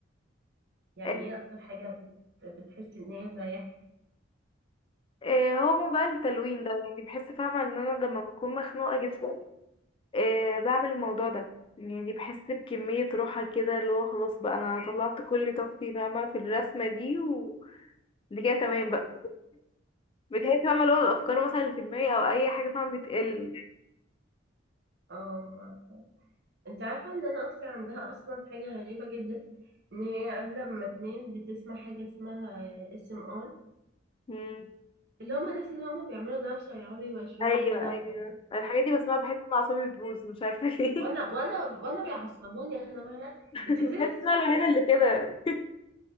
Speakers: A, on the right; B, on the left.
A: يعني
B: آه،
A: ايه اكتر حاجه بت... بتحسي ان هي بتريحك
B: آه، هو موضوع التلوين ده يعني بحس فاهمة ان انا لما بكون مخنوقة جدا آه، بعمل الموضوع ده يعني بحس بكمية راحة كده اللي هو خلاص بقى انا طلعت كل طاقتي فاهمة في الرسمة دي وده كده تمام بقى بتحس فاهمة اللي هو الافكار مثلا اللي في دماغي او اي حاجة فاهمة بتقل
A: اه ما انت عارفه ان انا اختي عندها اصلا حاجه غريبه جدا ان هي قبل ما تنام بتسمع حاجه اسمها اس ام ار
B: مم.
A: اللي هم الناس اللي هم بيعملوا دوشه يقعدوا يوشوشوا
B: ايوه
A: كده
B: ايوه
A: وت-
B: الحاجات دي بسمعها بحس ان اعصابي بتبوظ مش عارفة ليه
A: وانا وانا وانا بيعصبوني انا بقى
B: <laughs>
A: انت ازاي
B: بحس
A: بتسمعي
B: ان انا
A: الحاجات
B: الوحيدة اللي كده